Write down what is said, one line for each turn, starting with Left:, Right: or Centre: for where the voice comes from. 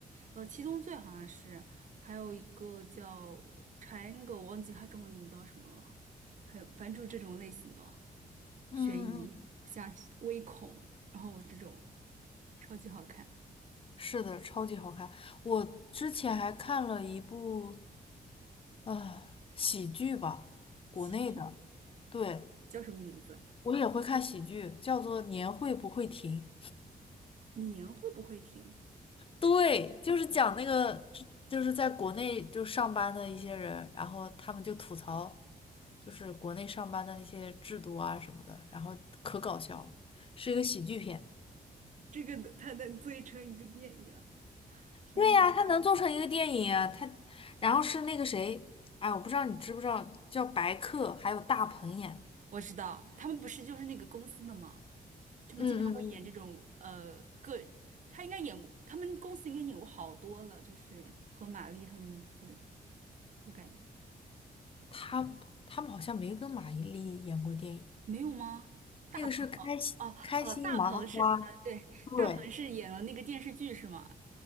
Right: 呃，《七宗罪》好像是，还有一个叫《Triangle》，我忘记它中文名叫什么了。还有，反正就是这种类型的
Left: 嗯嗯，
Right: 悬疑加微恐，然后这种超级好看。
Left: 是的，超级好看。我之前还看了一部呃喜剧吧，国内的，
Right: 喜剧
Left: 对，
Right: 叫什么名字？
Left: 我也会看喜剧，叫做《年会不会停》。
Right: 年会不会停？
Left: 对，就是讲那个，就是在国内就上班的一些人，然后他们就吐槽，就是国内上班的那些制度啊什么的，然后可搞笑了，是一个喜剧片。
Right: 这个它能做成一个电影。天呐，
Left: 对呀，他能做成一个电影啊，他，然后是那个谁，哎，我不知道你知不知道，叫白客，还有大鹏演，
Right: 我知道，他们不是就是那个公司的吗？他们经常会演这种呃个，
Left: 嗯嗯嗯，
Right: 他应该演过，他们公司应该演过好多了，就是和玛丽他们那些的我感觉
Left: 他他们好像没跟马伊琍演过电影。
Right: 没有吗？大鹏哦哦哦，
Left: 那个是开心开心麻花，
Right: 大鹏是呃对，
Left: 对，
Right: 大鹏是演了那个电视剧是吗？